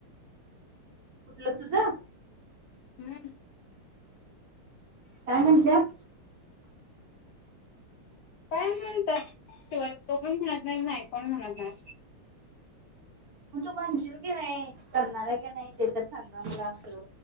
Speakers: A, on the right; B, on the left.
A: कुठलं तुझं <unintelligible>
B: हम्म <unintelligible>
A: काय म्हणटल्या <unintelligible>
B: काय म्हणतात शे तो पण म्हणत नाही नाही पण म्हणत नाही
A: मग तू बणशील की नाही करणार आहे की नाही ते तर सांगा मला असं